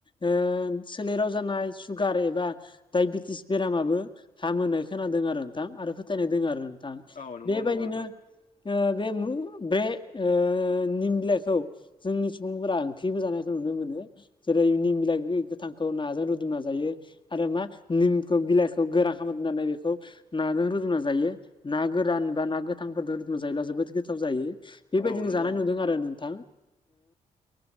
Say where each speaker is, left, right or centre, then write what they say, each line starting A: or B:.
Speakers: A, on the left; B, on the left.
A: ओ सोलेराव जानाय सुगार एबा डाइबेटिस बेरामाबो हामो होनाय खोनादों आरो नोंथां आरो फोथायनाय दङ आरो नोंथां
B: औ नंगौ
A: बेबायदिनो
B: नंगौ नोंथां
A: ओ बे बे ओ निम बिलायखौ जोंनि सुबुंफोरा ओंख्रिबो जानायखौ नुनो मोनो जेरै निमलाइ गोथांखौ नाजों रुदुमना जायो आरो मा निमखौ बिलाइखौ गोरान खालाम दोननानै बेखौ नाजों रुदुना जायो ना गोरान बा ना गोथांफोरजों रुदुना जायोब्ला जोबोद गोथाव जायो बेबायदिनो
B: औ नंगौ
A: जानाय
B: नंगौ
A: नुदों आरो नोंथां